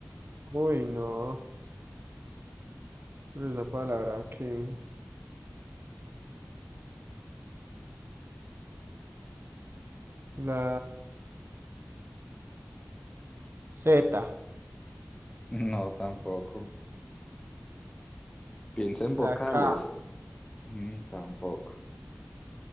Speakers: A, on the right; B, on the left.
A: Uy, no. Pero esa palabra que. La Z.
B: <laughs> No, tampoco. Piensa en vocales.
A: La K,
B: Mm, tampoco.